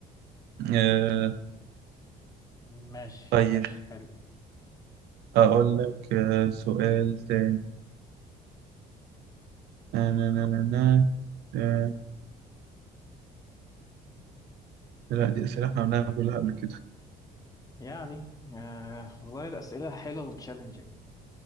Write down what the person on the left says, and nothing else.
ماشي
ماشي حلو
يعني آه والله الأسئلة حلوة وتشالنجينج